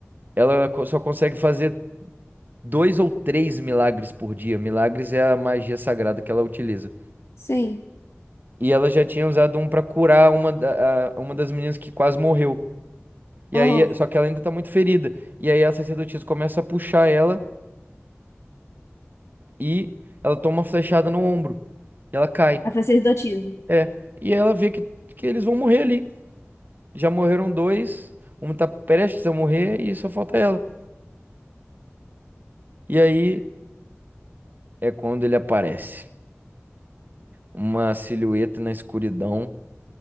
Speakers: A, on the right (about 40°); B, on the left (about 75°).
A: ela co- só consegue fazer dois ou três milagres por dia. Milagres é a magia sagrada que ela utiliza.
B: Sim.
A: E ela já tinha usado um pra curar uma, da, a- uma das meninas que quase morreu. E
B: Aham.
A: aí, só que ela ainda tá muito ferida. E aí a sacerdotisa começa a puxar ela e ela toma uma flechada no ombro. E ela cai.
B: A sacerdotisa.
A: É. E ela vê que, que eles vão morrer ali. Já morreram dois, um tá prestes a morrer e só falta ela. E aí é quando ele aparece. Uma silhueta na escuridão